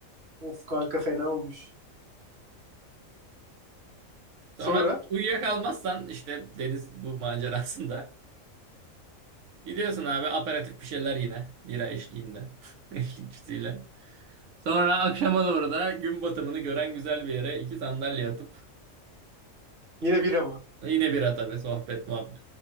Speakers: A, on the right (about 50°); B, on the right (about 75°).
A: Of kanka fena olmuş.
B: <laughs>
A: Sonra
B: Sonra uyuyakalmazsan işte deniz bu macerasında. Gidiyorsun abi aperatif bir şeyler yine. Bira eşliğinde. <laughs> Eşlikçisiyle. Sonra akşama doğru da gün batımını gören güzel bir yere iki sandalye atıp
A: yine bira mı?
B: yine bira tabii sohbet muhabbet.